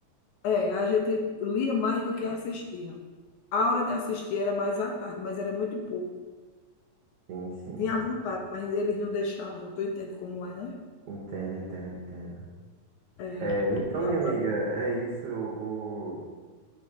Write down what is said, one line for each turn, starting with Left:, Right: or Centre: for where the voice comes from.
Left: é, a gente lia mais do que assistia. A hora de assistir era mais à tarde, mas era muito pouco.
Right: Sim, sim.
Left: Tinha vontade, mas eles não deixavam. Tu entende como é, né?
Right: Entendo, entendo, entendo.
Left: É.
Right: É, então,
Left: E
Right: minha
Left: agora,
Right: amiga, é isso. Eu vou,